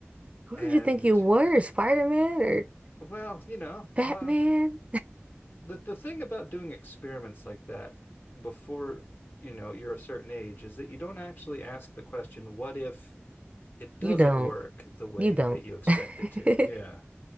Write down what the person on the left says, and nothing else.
And
well, you know,
uh, the, the thing about doing experiments like that before, you know, you're a certain age is that you don't actually ask the question, what if it doesn't
work the way
that you expect
it to. Yeah.